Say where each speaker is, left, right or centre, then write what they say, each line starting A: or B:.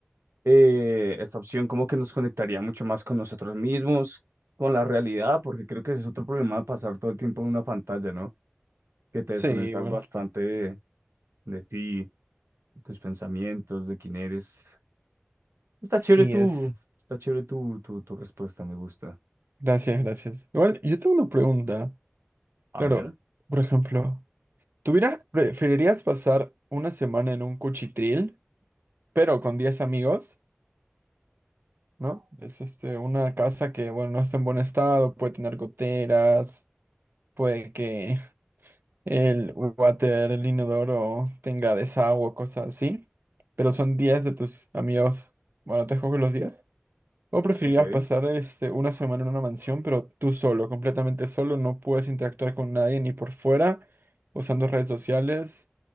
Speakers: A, on the right; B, on the right.
A: eh, esta opción como que nos conectaría mucho más con nosotros mismos, con la realidad, porque creo que ese es otro problema de pasar todo el tiempo en una pantalla, ¿no? Que te desconectas
B: Sí, igual.
A: bastante de, de ti, de tus pensamientos, de quién eres. Está chévere
B: Sí,
A: tu,
B: es.
A: está chévere tu, tu, tu respuesta, me gusta.
B: Gracias, gracias. Igual, yo tengo una pregunta.
A: A
B: Claro,
A: ver,
B: por ejemplo, ¿tuvieras, preferirías pasar una semana en un cuchitril, pero con 10 amigos? ¿No? Es este, una casa que, bueno, no está en buen estado, puede tener goteras, puede que el water, el inodoro tenga desagüe, o cosas así, pero son días de tus amigos, bueno, te juego los días. ¿O preferirías
A: ok.
B: pasar este, una semana en una mansión, pero tú solo, completamente solo, no puedes interactuar con nadie ni por fuera, usando redes sociales,